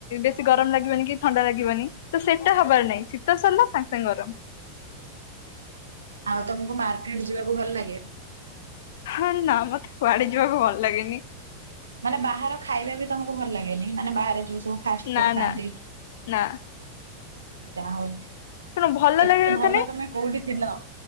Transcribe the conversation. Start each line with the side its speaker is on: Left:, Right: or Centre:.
Left: ବେଶୀ ଗରମ ଲାଗିବନି କି ଥଣ୍ଡା ଲାଗିବନି ତ ସେଟା ହବାର ନାହିଁ ଶୀତ ସରିଲା ସାଙ୍ଗେ ସାଙ୍ଗେ ଗରମ।
Right: ଆଉ ତମକୁ ମାର୍କେଟ ଯିବାକୁ ଭଲ ଲାଗେ।
Left: ହଁ ନା ମତେ କୁଆଡେ ଯିବାକୁ ଭଲ ଲାଗେନି।
Right: ମାନେ ବାହାର ଖାଇବା ବି ତମକୁ ଭଲ ଲାଗେନି ମାନେ ବାହାରେ ଯୋଉ ସବୁ। ଫାଷ୍ଟ
Left: ନା
Right: ଫୁଡ ଖାନ୍ତିି।
Left: ନା ନା
Right: ଯା ହଉ
Left: ଶୁଣ ଭଲ
Right: ଏତେ
Left: ଲାଗିବା କଥା
Right: ଭଲ
Left: ନାଇଁ
Right: ତମେ କୋଉଠି ଥିଲ।